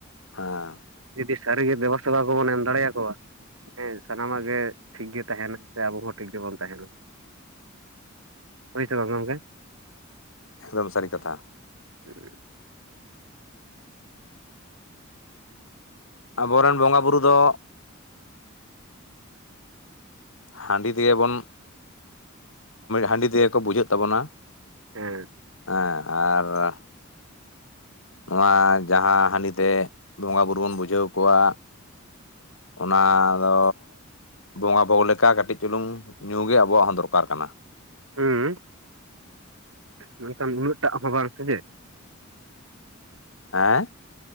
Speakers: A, on the left (about 75°); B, on the right (about 80°).
A: ᱦᱮᱸ
B: ᱡᱩᱫᱤ ᱥᱟᱹᱨᱤᱜᱮ ᱫᱮᱵᱟᱥᱮᱵᱟ ᱠᱚᱵᱚᱱ ᱮᱢ ᱫᱟᱲᱮᱭᱟᱠᱚᱣᱟ ᱦᱮᱸ ᱥᱟᱱᱟᱢᱟᱜ ᱜᱮ ᱴᱷᱤᱠ ᱜᱮ ᱛᱟᱦᱮᱱᱟ ᱥᱮ ᱟᱵᱚ ᱦᱚᱸ ᱴᱷᱤᱠ ᱜᱮᱵᱚᱱ ᱛᱟᱦᱮᱸᱱᱟ ᱦᱳᱭ ᱥᱮ ᱵᱟᱝ ᱜᱚᱢᱠᱮ
A: ᱮᱠᱫᱚᱢ ᱥᱟᱹᱨᱤ ᱠᱟᱛᱷᱟ
B: <unintelligible>
A: ᱟᱵᱚᱨᱮᱱ ᱵᱚᱸᱜᱟ ᱵᱩᱨᱩ ᱫᱚ ᱦᱟᱺᱰᱤ ᱛᱮᱜᱮ ᱵᱚᱱ ᱦᱟᱺᱰᱤ ᱛᱮᱜᱮᱠᱚ ᱯᱩᱡᱟᱹᱜ ᱛᱟᱵᱚᱱᱟ
B: ᱦᱮᱸ
A: ᱦᱮᱸ ᱟᱨ ᱱᱚᱣᱟ ᱡᱟᱦᱟᱸ ᱦᱟᱺᱰᱤ ᱛᱮ ᱵᱚᱸᱜᱟ ᱵᱩᱨᱩ ᱵᱚᱱ ᱵᱩᱡᱷᱟᱹᱣ ᱠᱚᱣᱟ ᱚᱱᱟ ᱫᱚ ᱵᱚᱸᱜᱟᱼ ᱵᱷᱳᱜ ᱞᱮᱠᱟ ᱠᱟᱹᱴᱤᱡ ᱪᱩᱞᱩᱝ ᱧᱩ ᱜᱮ ᱟᱵᱚᱣᱟᱜ ᱦᱚᱸ ᱫᱚᱨᱠᱟᱨ ᱠᱟᱱᱟ
B: ᱦᱩᱸ ᱢᱮᱱᱠᱷᱟᱱ ᱩᱱᱟᱹᱜᱴᱟᱜ ᱦᱚᱸ ᱵᱟᱝ ᱥᱮ ᱪᱮᱫ
A: ᱦᱮᱸ